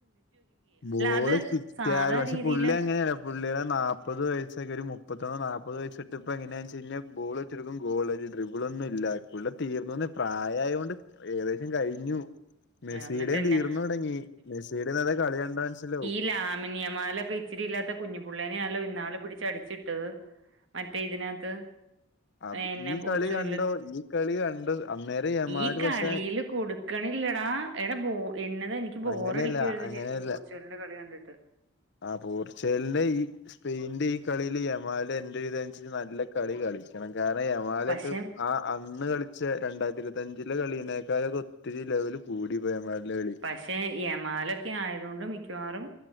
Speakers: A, on the left; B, on the right.
A: ബോള്
B: അത്
A: കിട്ടിയാലും
B: സാധാ
A: പക്ഷെ
B: രീതിയില്
A: പുള്ളി എങ്ങനെറിയോ പുള്ളിടെ നാല്പത് വയസ്സൊക്കെ ഒരു മുപ്പത്തൊന്ന് നാപ്പത് വയസ്സ് ഇട്ട്പ്പ് എങ്ങനെയാ വെച്ച് കഴിഞ്ഞ ബോൾ ക്കും ഗോൾ ഇനി ഡ്രിബിൾ ഒന്നും ഇല്ലാ തീർന്നന്ന് പ്രായായൊണ്ട് ഏകദേശം കഴിഞ്ഞു മെസ്സിടേയും
B: എന്നിട്ട് തന്നെ
A: തീർന്നു തുടങ്ങി മെസ്സിടെ ഇന്നത്തെ കളി കണ്ട മനസ്സിലാവും
B: ല്ലാമിനിയമാലൊക്കെ ഇച്ചിരി ഇല്ലാത്ത കുഞ്ഞുപുള്ളേനെയല്ലോ ഇന്നാള് പിടിച്ചടിച്ചിട്ട്ത് മറ്റേ ഇതിനകത്ത്
A: അത്
B: എന്നെ
A: ഈ
B: പോർച്ചുഗല്
A: കളി കണ്ടോ ഈ കളി കണ്ട അന്നേര യമാല്
B: ഈ കളിയില്
A: പക്ഷെ
B: കൊടുക്കണില്ലടാ എടാ ബോ എന്നത് എനിക്ക് ബോറടിക്കുവായിരുന്നു
A: അങ്ങനെയല്ല അങ്ങനെയല്ല
B: ശരിക്കും പോർച്ചുഗലിന്റെ കളി കണ്ടിട്ട്
A: ആ പോർച്ചുഗലിന്റെ ഈ സ്പെയിന്റെ ഈ കളിയിൽ യമാല് എന്റെ ഇതനുസരിച്ചു നല്ല കളി കളിക്കണം കാരണം യമാലൊക്കെ
B: പക്ഷെ
A: ആ അന്ന് കളിച്ച രണ്ടായിരത്തി ഇരുപത്തഞ്ചിലെ കളിയതിനേക്കാളൊക്കെ ഒത്തിരി ലെവല് കൂടി ഇപ്പ യമലിന്റെ കളി
B: പക്ഷെ യമാലൊക്കെ ആയതു കൊണ്ട് മിക്കവാറും